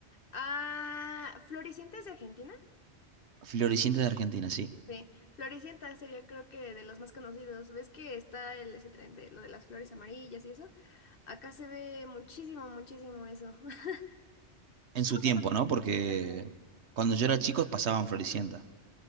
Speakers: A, on the left; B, on the right.
A: Ah, Floricienta es de Argentina.
B: Floricienta de Argentina, sí.
A: Sí, Floricienta sería creo que de los más conocidos. ¿Ves que está el, ese tren de lo de las flores amarillas y eso? Acá se ve muchísimo, muchísimo eso. <laughs>
B: En
A: No.
B: su
A: me acuerdo.
B: tiempo, ¿no? Porque
A: Ajá.
B: cuando yo era chico pasaban Floricienta.